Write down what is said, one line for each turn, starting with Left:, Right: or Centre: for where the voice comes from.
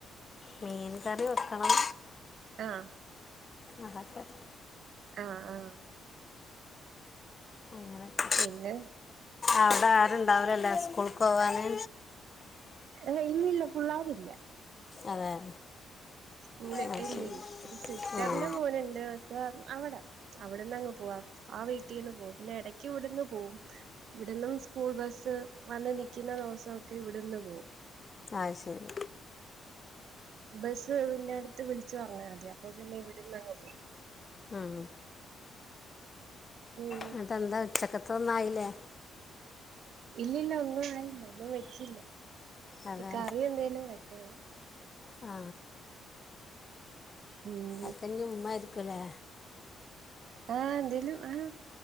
Left: മീൻ കറി വെക്കണം
Right: ആഹ്
Left: അതൊക്കെ
Right: ആഹ് ആഹ്
Left: അങ്ങനെക്ക്
Right: പിന്നെ
Left: ഔടെ ആരുണ്ടാവുലലെ സ്കൂൾ ക്കോവാന്
Right: ഇല്ല ഇല്ല പുള്ളാരില്ല
Left: അതെ
Right: സ്കൂളി.
Left: അത്
Right: ഇല്ലല്ല
Left: ശരി
Right: ഒരു സിസ്റ്ററിന്റെ
Left: ഉം.
Right: മോന്ണ്ട് അവിട അവിടെന്ന് അങ്ങ് പോവാ ആ വീട്ടീന്ന് പോവ പിന്നെ എടക് ഇവിട്ന്ന് പോവും. ഇവിട്ന്നും സ്കൂൾ ബസ് വന്ന് നിൽക്കുന്ന ദിവസൊക്കെ ഇവിടുന്ന് പോവും.
Left: ആഹ് ശരി
Right: ബെസ്സ് വിന്റെ അടുത്ത് വിളിച്ചു പറ്ഞ്ഞാ മതി. അപ്പൊ പിന്നെ ഇവിട്ന്ന് അങ്ങ് പോവും.
Left: ആഹ്
Right: ഉം
Left: ഇന്നട്ട് എന്താ ഉച്ചക്കത്തൊന്നും ആയിലെ
Right: ഇല്ലല്ല ഒന്നും ആയില്ല ഒന്നും വെച്ചില്ല.
Left: അതെ
Right: ഈ കറി എന്തേലും വെക്കുന്ന
Left: ആ
Right: ഉം
Left: അക്കഞ്ഞും ഉ്മ്മ രിക്കുലെ
Right: ആഹ് എന്തേലും ആഹ്